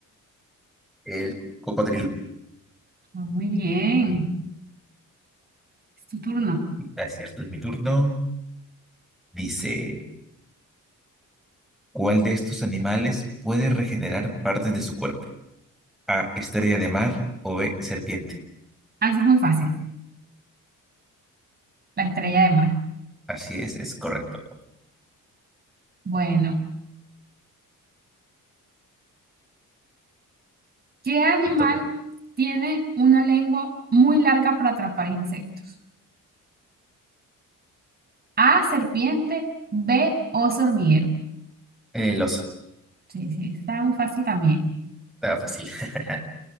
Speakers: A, in the centre; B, on the right (about 30°).
A: El cocodrilo.
B: Ah, Muy bien, es tu turno.
A: Ah, Es cierto, es mi turno. Dice, ¿cuál de estos animales puede regenerar partes de su cuerpo? A, estrella de mar o B, serpiente.
B: Ah, esa es muy fácil, la estrella de mar.
A: Así es, es correcto.
B: Bueno, ¿qué animal
A: Te toca.
B: tiene una lengua muy larga para atrapar insectos? A, serpiente, B, oso hormiguero.
A: El oso.
B: Sí, sí, está muy fácil también.
A: Está fácil. <laughs>